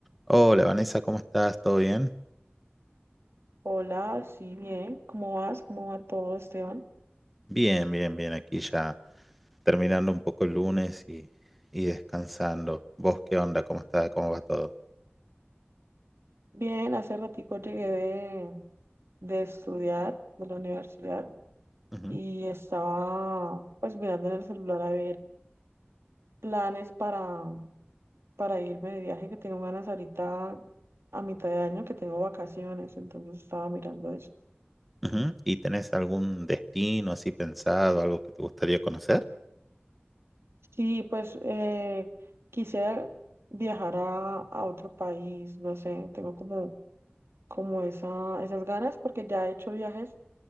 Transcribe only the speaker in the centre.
Hola Vanessa, ¿cómo estás? ¿Todo bien?
Bien, bien, bien. Aquí ya terminando un poco el lunes y, y descansando. ¿Vos qué onda? ¿Cómo está? ¿Cómo va todo?
Ujú,
ujú. ¿Y tenés algún destino así pensado, algo que te gustaría conocer?